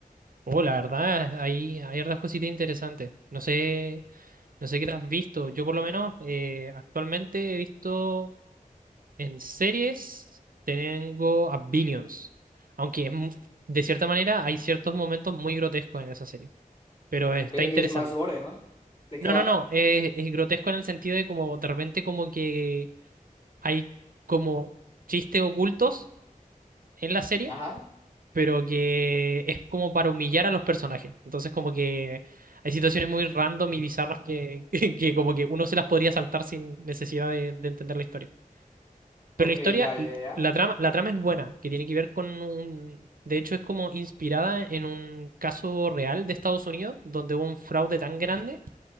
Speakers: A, on the right; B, on the left.
A: uh, la verdad, hay, hay hartas cositas interesantes. No sé, no sé qué te has visto. Yo por lo menos eh, actualmente he visto en series, tengo a Billions. Aunque es mu- de cierta manera hay ciertos momentos muy grotescos en esa serie. Pero está
B: Ok, es
A: interesante.
B: más gore, ¿no? ¿De
A: No,
B: qué va?
A: no, no. Es, es grotesco en el sentido de como de repente como que hay como chistes ocultos en la serie
B: Ajá,
A: pero que es como para humillar a los personajes. Entonces, como que hay situaciones muy random y bizarras que, <laughs> que que como que uno se las podría saltar sin necesidad de, de entender la historia. Pero
B: ok,
A: la historia,
B: ya,
A: l-
B: ya, ya, ya.
A: la trama, la trama es buena, que tiene que ver con un... De hecho, es como inspirada en un caso real de Estados Unidos, donde hubo un fraude tan grande